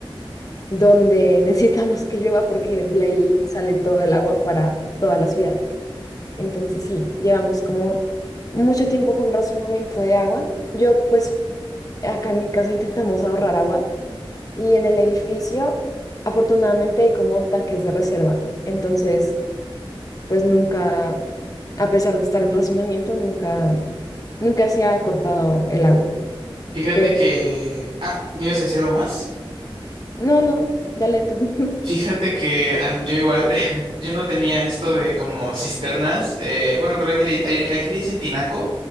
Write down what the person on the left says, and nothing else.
donde <laughs> necesitamos que llueva porque de ahí sale todo el agua para toda la ciudad. Entonces sí, llevamos como mucho tiempo con racionamiento de agua. Yo pues acá en mi casa intentamos ahorrar agua y en el edificio afortunadamente hay como tanques de reserva. Entonces pues nunca, a pesar de estar en racionamiento, nunca, nunca se ha cortado el agua.
Pero
no, no, dale tú. <laughs>